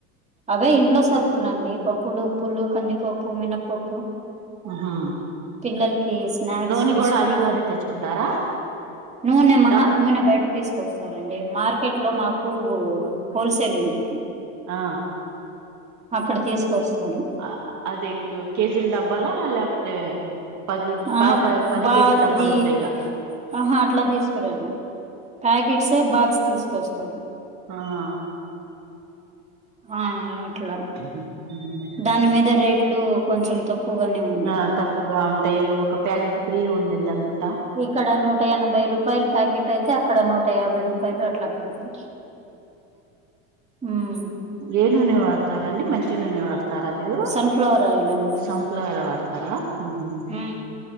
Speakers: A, on the right; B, on the right.
A: అవే ఇంట్లో సరుకులు అండి పప్పులు ఉప్పులు కందిపప్పు మినపప్పు
B: ఉహు
A: పిల్లలకి స్నాక్స్
B: నూనె కూడా
A: స్కూల్
B: అందులోనే
A: కే
B: తెచ్చుకుంటారా
A: నూనె మహా
B: డబ్
A: నూనె బయట తీసు కోస్సారండి మార్కెట్లో మాకు హోల్ సేల్ ఉండిద్ది
B: ఆ
A: అక్కడ తీసుకు వస్తాను
B: ఆ అదే కేజీల డబ్బాలా లేకపోతే పది ప
A: ఆ
B: ప పది
A: బా
B: కేజీల డబ్బాలు
A: అది
B: ఉంటాయిగా
A: ఆహా అట్లా తీసుకురాను ప్యాకెట్సే బాక్స్ తీసుకొస్తాను
B: ఆ హా
A: ఆ అట్లా
B: హ్మ్ హు హ్మ్ హు
A: దాని మీద రేట్లు కొంచెం తక్కువగానే ఉన్
B: ఆ తక్కువగా ఉంటాయి ఒక ప్యాకెట్ ఫ్రీ ఉండింది అనుకుంటా
A: ఇక్కడ నూట ఎనభై రూపాయలు ప్యాకెట్ అయితే అక్కడ నూట యాభై రూపాయలు అట్లా పడుద్ది హ్మ్
B: ఏ నూనె వాడతారండి మంచి నూనె వాడతారా మీరు
A: సన్ఫ్లవర్ ఆయిల్ అండి
B: సన్ ఫ్లవర్ వాడతారా హ్మ్ హు
A: ఉమ్